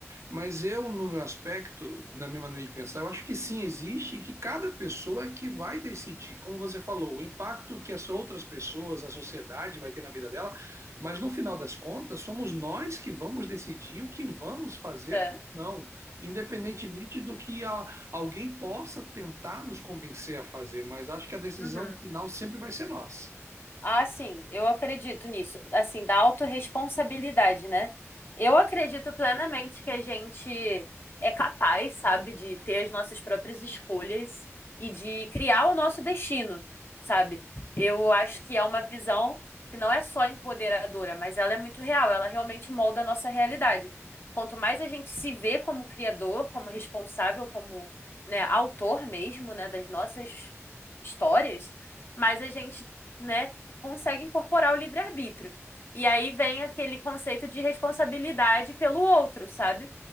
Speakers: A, on the right; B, on the left.
A: Mas eu, no meu aspecto, na minha maneira de pensar, eu acho que sim existe e que cada pessoa é que vai decidir, como você falou, o impacto que as outras pessoas, a sociedade vai ter na vida dela, mas no final das contas, somos nós que vamos decidir o que vamos fazer
B: É.
A: ou não, independentemente do que a- alguém possa tentar nos convencer a fazer, mas acho que a decisão
B: Uhum.
A: final sempre vai ser nossa.
B: Ah, sim, eu acredito nisso. Assim, da autorresponsabilidade, né? Eu acredito plenamente que a gente é capaz, sabe, de ter as nossas próprias escolhas e de criar o nosso destino, sabe? Eu acho que é uma visão que não é só empoderadora, mas ela é muito real, ela realmente molda a nossa realidade. Quanto mais a gente se vê como criador, como responsável, como, né, autor mesmo, né, das nossas histórias, mais a gente né, consegue incorporar o livre-arbítrio. E aí vem aquele conceito de responsabilidade pelo outro, sabe?